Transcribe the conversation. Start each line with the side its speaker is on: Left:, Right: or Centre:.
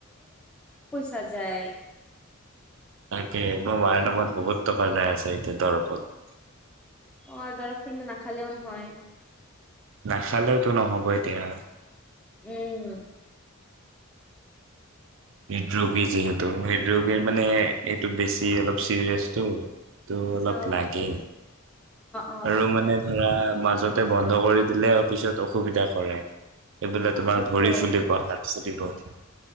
Centre: চা যায়।
Right: তাকে, মোৰ মায়েৰ নামত বহুত টকা যাই আছে এতিয়া দৰপত।
Centre: অ' দৰব খিনিটো নাখালেও নহয়।
Right: নাখালেওতো নহ'ব এতিয়া।
Centre: উম।
Right: হৃদৰোগী যিহেতু হৃদৰোগীৰ মানে এইটো বেছি অলপ চিৰিয়াচটো। ত' অলপ
Centre: অ
Right: লাগে।
Centre: অ
Right: আৰু মানে ধৰা মাজতে বন্ধ কৰি দিলে অফিচত অসুবিধা কৰে। এইবোলে তোমাৰ
Centre: সেইটোৱে।
Right: ভৰি ফুলিব হাত <unintelligible>